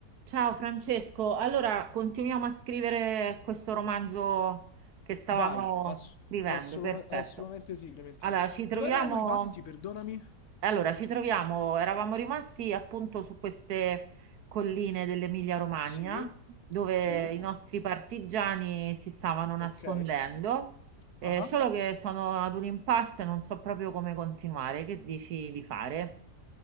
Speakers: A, on the right; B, on the left.
A: Ciao Francesco, allora continuiamo a scrivere questo romanzo che stavamo
B: Vai, ass-
A: scrivendo,
B: assolum-
A: perfetto.
B: assolutamente sì, Clementina.
A: Allora, ci troviamo,
B: Dove eravamo rimasti? Perdonami.
A: allora, ci troviamo, eravamo rimasti appunto su queste colline dell'Emilia-Romagna
B: Sì,
A: dove
B: sì,
A: i nostri partigiani si stavano
B: ok.
A: nascondendo, eh,
B: Ah,
A: solo che sono ad un impasse e non so proprio come continuare, che dici di fare?